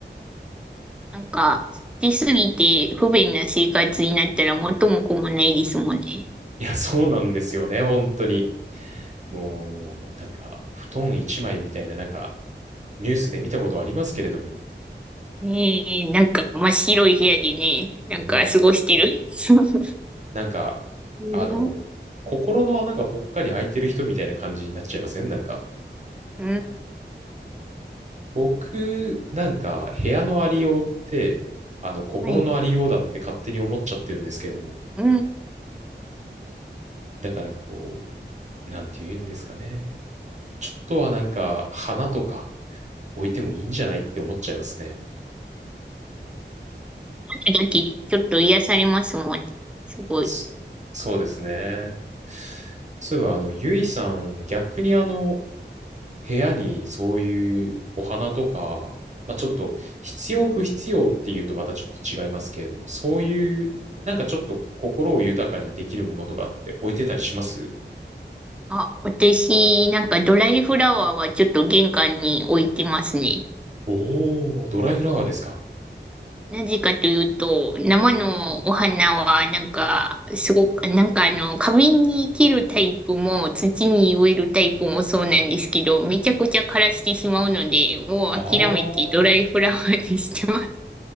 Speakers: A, in the centre; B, on the right.
A: なんか、捨てすぎて不便な生活になったら元も子もないですもんね。
B: いや、そうなんですよね、本当に。もう、なんか、布団一枚みたいな、なんか、ニュースで見たことありますけれども、
A: ええなんか真っ白い部屋でね、なんか過ごしてる。
B: うん
A: <laughs>
B: なんか、
A: うん、
B: あの、心の穴がぽっかり開いてる人みたいな感じになっちゃいませんなんか、
A: うん、
B: 僕、なんか、部屋のありようって、あの、心のありようだって勝手に思っちゃってるんですけれども、
A: はい。うん、
B: だからこう、なんて言うんですかね。ちょっとはなんか、花とか置いてもいいんじゃないって思っちゃいますね。
A: あるだけちょっと癒されますもんね。すごい。
B: そそうですね。そういえば、あの、ゆいさん、逆にあの、部屋にそういうお花とか、まあ、ちょっと必要不必要っていうとまたちょっと違いますけれども、そういう、なんかちょっと心を豊かにできるものとかって置いてたりします
A: あ、私、なんかドライフラワーはちょっと玄関に置いてますね。
B: おー、ドライフラワーですか。
A: なぜかというと、生のお花は、なんか、すごく、なんかあの、花瓶に生けるタイプも、土に植えるタイプもそうなんですけど、めちゃくちゃ枯らしてしまうので、もう諦めてドライフラワーにしてます。
B: あー、